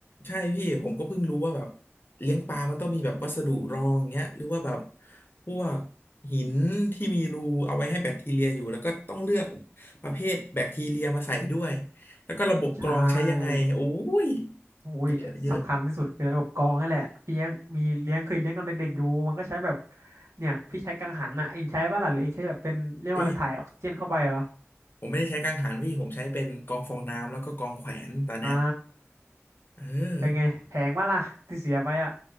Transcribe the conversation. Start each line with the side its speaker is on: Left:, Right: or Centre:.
Left: ใช่พี่ผมก็เพิ่งรู้ว่าแบบเลี้ยงปลามันต้องมีแบบวัสดุรองเงี้ยหรือว่าแบบพวกหินที่มีรูเอาไว้ให้แบคทีเรียอยู่แล้วก็ต้องเลือกประเภทแบคทีเรียมาใส่ด้วยแล้วก็ระบบกรองใช้ยังไงโอ้ย
Right: ใช่ โอ้ยสำคัญที่สุดคือระบบกรองนั่นแหละพี่ยังมีเลี้ยงเคยเลี้ยงตอนเด็กๆอยู่มันก็ใช้แบบ
Left: เยอะเยอะ
Right: เนี่ยพี่ใช้กังหันนะเองใช้ป่ะล่ะหรือเองใช้แบบเป็นเรียกว่าอะไรถ่ายออกซิเจนเข้าไปเหรอ
Left: อุ้ยผมไม่ได้ใช้กังหันพี่ผมใช้เป็นกรองฟองน้ำแล้วก็กรองแขวนตอนเนี้ย
Right: อ่า
Left: เออ
Right: เป็นไงแพงป่ะล่ะที่เสียไปอ่ะ